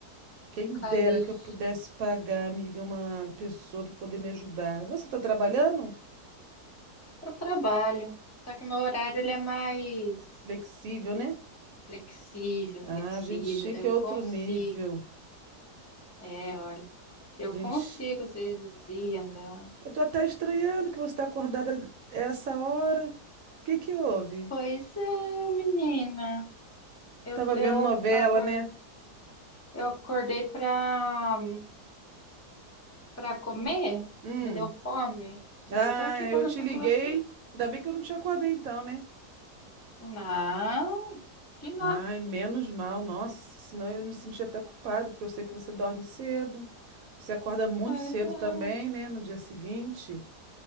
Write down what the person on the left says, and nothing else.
Caríssimo.
Eu trabalho, só que meu horário ele é mais
flexível,
flexível,
daí eu
consigo.
É, olha, eu
consigo às vezes ir andar.
Pois é, menina. Eu,
eu
acordei,
eu acordei pra, pra comer,
me deu fome. Daí
tô aqui conversando
com você.
Não, que nada.
Pois
é.